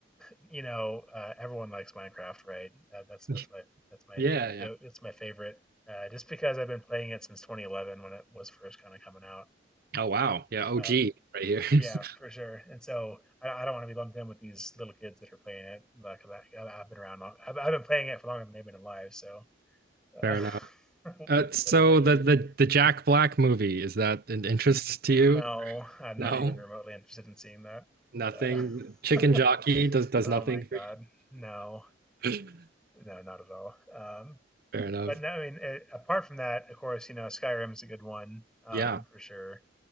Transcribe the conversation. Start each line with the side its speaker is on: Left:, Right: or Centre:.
Centre: you know, uh, everyone likes Minecraft, right? Uh, that's that's
Right: <laughs>
Centre: my that's my
Right: Yeah, yeah.
Centre: go. It's my favorite. Uh, just because I've been playing it since 2011 when it was first kind of coming out.
Right: Oh, wow. Yeah, OG
Centre: Um,
Right: right here.
Centre: Yeah,
Right: <laughs>
Centre: for sure. And so I, I don't want to be lumped in with these little kids that are playing it because I, I, I've been around long. I've, I've been playing it for longer than they've been alive. So uh,
Right: Fair enough.
Centre: <laughs>
Right: Uh, so
Centre: literally,
Right: the the the Jack Black movie, is that an interest to
Centre: no,
Right: you?
Centre: I'm not
Right: No,
Centre: even remotely interested in seeing that.
Right: nothing.
Centre: Uh,
Right: Chicken
Centre: <laughs>
Right: Jockey does does
Centre: oh
Right: nothing
Centre: my God,
Right: for
Centre: no,
Right: you. <laughs>
Centre: no, not at all. Um,
Right: Fair enough.
Centre: but no, I mean, it, apart from that, of course, you know, Skyrim's a good one um,
Right: Yeah.
Centre: for sure.